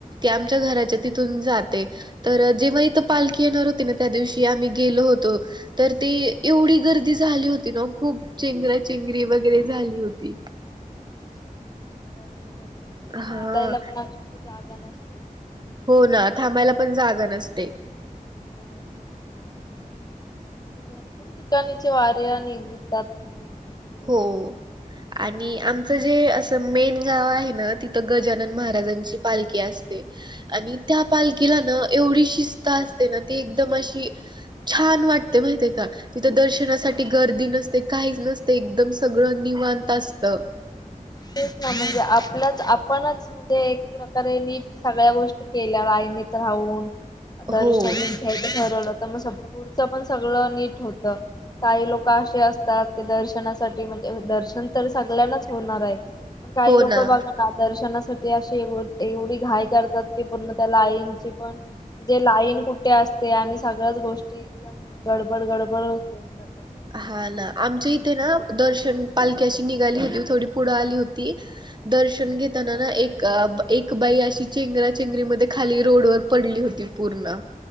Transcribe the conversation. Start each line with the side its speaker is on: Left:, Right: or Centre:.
Right: आमच्या
Left: हा.
Right: घराच्या तिथून जाते. तर जेव्हा इथं पालखी येणार होती ना त्या दिवशी आम्ही गेलो होतो तर ते एवढी गर्दी झाली होती ना खूप चेंगरा चेंगरी वगैरे झाली होती.
Left: भरपूर भरपूर म्हणजे
Right: हा
Left: चालायला पण अशी जागा नसते.
Right: हो ना थांबायला पण जागा नसते.
Left: हो तेच ना. भरपूर ठिकाणीचे वार्या निघतात म्हणजे तिकडे
Right: हो
Left: जायला
Right: आणि
Left: जाम लोक
Right: आमचं जे अस त मेन गाव आहे ना तिथं गजानन महाराजांची पालखी आसते. आणि त्या पालखीला ना एवढी शिस्त असते ना ती एकदम अशी छान वाटते माहिते का तिथं दर्शनासाठी गर्दी नसते काहीच नस ते एकदम सगळं निवांत आसतं.
Left: तेच ना म्हणजे आपल्याच आपणच म्हणजे एक प्रकारे नीट सगळ्या गोष्टी के ल्या लाईनीत राहून दर्शन
Right: हो.
Left: ठरवलं तर मग पुढचं पण सगळं नीट होत. काही लोक आशे असतात की दर्शनासाठी म्हणजे दर्शन तर सगल्यांना होणार आहे. पण काही
Right: हो
Left: लोक
Right: ना.
Left: बघाना दर्शनासाठी अशी एव एवढी घाई करतात. कि पुन्हा त्या लाईनची पण ते लाईन कुठे आसते आणि सगळ्याच गोष्टी एकदम गडबड गडबड होऊन जातात.
Right: हा ना आमच्या इथे ना दर्शन पालखी अशी निघाली होती थोडी पुढं आली होती दर्शन घेताना ना एक एक बाई अशी चेंगरा चेंगरीमध्ये खाली रोडवर पडली होती. पूर्ण.